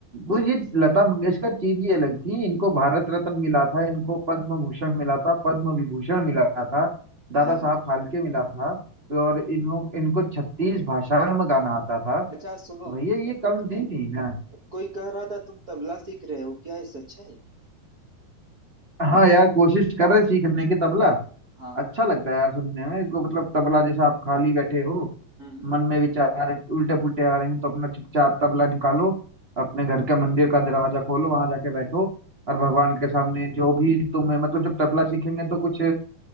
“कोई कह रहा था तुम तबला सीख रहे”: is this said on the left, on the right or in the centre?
Right